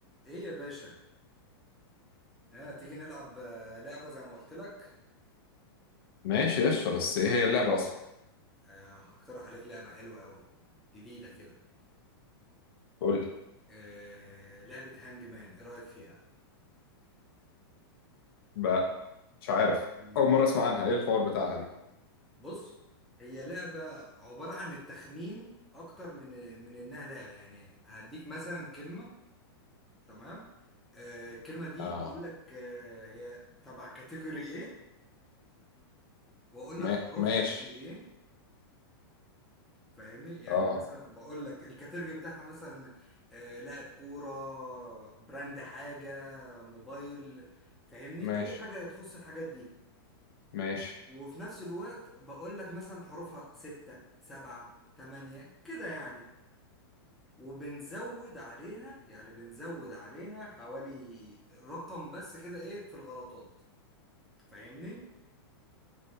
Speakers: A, in the centre; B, on the left (about 65°).
A: ايه يا باشا آه تيجي نلعب آه، لعبة زي ما قلت لك
B: ماشي قشطة بس ايه هي اللعبة اصلا
A: آه هقترح عليك لعبة حلوة قوي جديدة كده
B: قول لي
A: آه لعبة هانج مان ايه رأيك فيها
B: بقى مش عارف
A: مم،
B: اول مرة اسمع عنها ايه الحوار بتاعها دي
A: بص هي لعبة عبارة عن التخمين اكتر من من انها لعبة يعني هديك مثلا كلمة تمام آه الكلمة دي
B: اه
A: بقول لك آه هي تبع كاتيجوري ايه واقول
B: ما...
A: لك حروفها
B: ماشي
A: قد ايه فاهمني يعني
B: اه
A: مثلا بقول لك الكاتيرجي بتاعها مثلا آه، لاعب كورة براند حاجة موبايل فاهمني
B: ماشي
A: اي حاجة تخص الحاجات دي
B: ماشي
A: وفي نفس الوقت بقول لك مثلا حروفها ستة سبعة تمانية كده يعني وبنزود عليها يعني بنزود عليها حوالي رقم بس كده ايه في الغلطات فاهمني